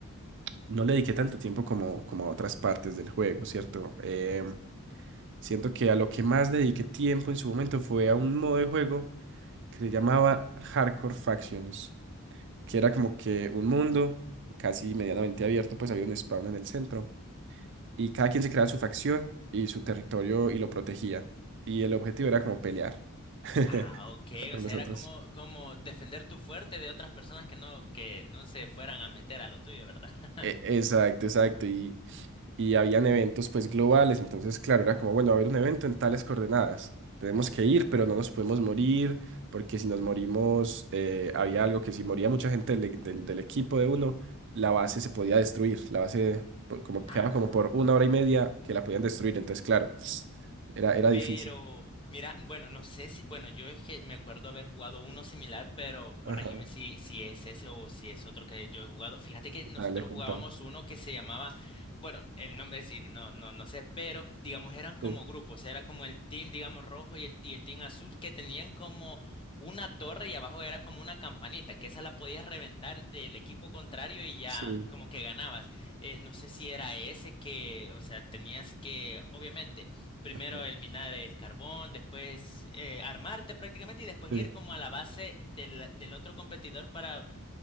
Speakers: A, on the right; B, on the left.
A: no le dediqué tanto tiempo como, como a otras partes del juego, ¿cierto? Eh, siento que a lo que más le dediqué tiempo en su momento fue a un modo de juego que se llamaba Hardcore Factions. que era como que
B: Ok.
A: un mundo casi medianamente abierto, pues había un spawn en el centro y cada quien se creaba su facción y su territorio y lo protegía. Y el objetivo era como pelear <laughs>
B: Ah, ok,
A: con
B: o sea,
A: nosotros.
B: era como, como defender tu fuerte de otras personas que no, que no se fueran a meter a lo tuyo, ¿verdad? <laughs>
A: E- exacto, exacto. Y, y habían eventos pues globales, entonces claro, era como, bueno, va a haber un evento en tales coordenadas, tenemos que ir, pero no nos podemos morir, porque si nos morimos, eh, había algo que si moría mucha gente del, e- del- del equipo de uno, la base se podía destruir, la base por- como, quedaba
B: Ah,
A: como por una hora y media
B: ok.
A: que la podían destruir, entonces claro, era, era
B: Pero,
A: difícil.
B: mira, bueno, no sé si, bueno, yo es que me acuerdo haber jugado uno similar, pero corregime
A: Ajá,
B: si, si es ese o si es otro que yo he jugado. Fíjate que nosotros
A: dale, contame.
B: jugábamos uno que se llamaba, bueno, el nombre sí, no, no, no sé, pero digamos eran como
A: Sí,
B: grupos, era como el team, digamos, rojo y el, y el team azul que tenían como una torre y abajo era como una campanita, que esa la podías reventar del equipo contrario y ya
A: sí,
B: como que ganabas. Eh, no sé si era ese que, o sea, tenías que, obviamente. Primero
A: ajá,
B: el minar el carbón, después eh, armarte prácticamente y después
A: sí,
B: ir como a la base del, del otro competidor para